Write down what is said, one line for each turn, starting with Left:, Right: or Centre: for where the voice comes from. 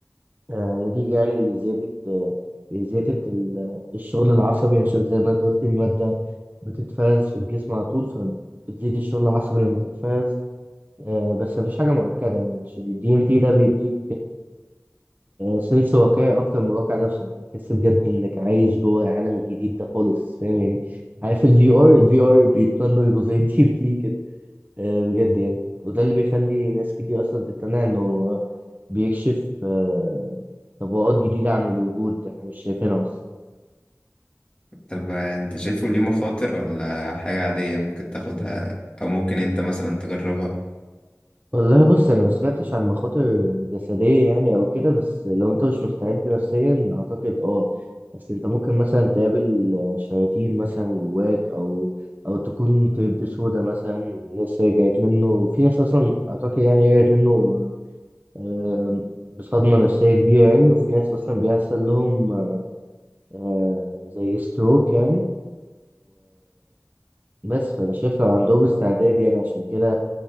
Right: آه، نتيجة يعني لزيادة آه، زيادة ال- الشغل العصبي عشان زي ما انت قلت دي مادة بتتفرز في الجسم على طول فبتزيد الشغل العصبي لما تتفرز آه، بس مفيش حاجة مؤكدة يعني عشان ال DMT ده بيديك سنس واقعي أكتر من الواقع نفسه أنت بتحس بجد إنك عايش جوه العالم الجديد ده خالص فاهم يعني عارف ال VR ال VR بيتمنوا يبقوا زي <laughs> ال DMT كده آه، بجد يعني وده اللي بيخلي ناس كتير أصلا تقتنع إنه بيكشف آه، طبقات جديدة عن الوجود إحنا مش شايفينها أصلا
Left: طب آه، انت شايفه ليه مخاطر ولا حاجه عاديه ممكن تاخدها او ممكن انت مثلا تجربها
Right: والله بص انا ما سمعتش عن مخاطر جسديه يعني او كده بس لو انت مش مستعد نفسيا اعتقد اه بس انت ممكن مثلا تقابل شياطين مثلا جواك او او تكون طيب سودا مثلا ناس رجعت منه في ناس اصلا اعتقد يعني رجعت منه آه، بصدمه نفسيه كبيره يعني وفي ناس اصلا بيحصل لهم آه، زي ستروك يعني بس فانا شايف لو عندهم استعداد يعني عشان كده